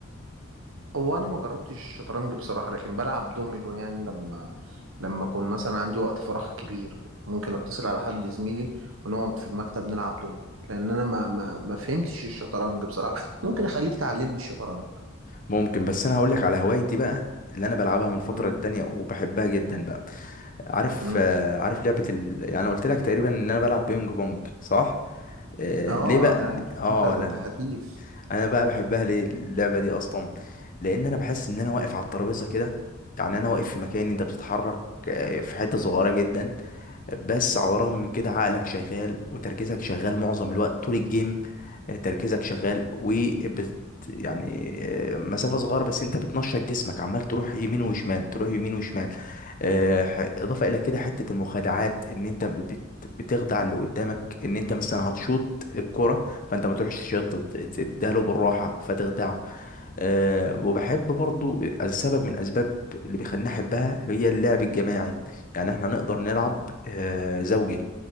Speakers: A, on the right; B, on the left.
A: هو انا ما جربتش الشطرنج بصراحه لكن بلعب دومينو يعني لما لما اكون مثلا عندي وقت فراغ كبير ممكن اتصل على حد زميلي ونقعد في المكتب نلعب دومينو لان انا ما ما ما فهمتش الشطرنج بصراحه <laughs> ممكن اخليك تعلمني الشطرنج
B: ممكن بس انا هقول لك على هوايتي بقى اللي انا بلعبها من فتره
A: امم
B: للتانيه وبحبها جدا بقى عارف
A: امم
B: آه، عارف لعبه ال... يعني انا قلت لك تقريبا ان انا بلعب بينج بونج صح آه
A: اه
B: ليه بقى
A: انا عارف
B: اه
A: إن انت ده
B: لا
A: انت
B: لا
A: حريف
B: انا بقى بحبها ليه اللعبه دي اصلا لان انا بحس ان انا واقف على الترابيزه كده يعني انا واقف في مكان انت بتتحرك آه، في حته صغيره جدا بس على الرغم من كده عقلك شغال وتركيزك شغال معظم الوقت طول الجيم آه، تركيزك شغال وبت يعني آه، مسافة صغيرة بس انت بتنشط جسمك عمال تروح يمين وشمال تروح يمين وشمال آه، ح- اضافة الى كده حتة المخادعات ان انت بت- بتخدع اللي قدامك ان انت مثلا هتشوط الكرة فانت ما تروحش تشوط تديها له بالراحة فتخدعه أه وبحب برضو از- سبب من اسباب اللي بيخليني احبها هي اللعب الجماعي يعني احنا نقدر نلعب أه زوجي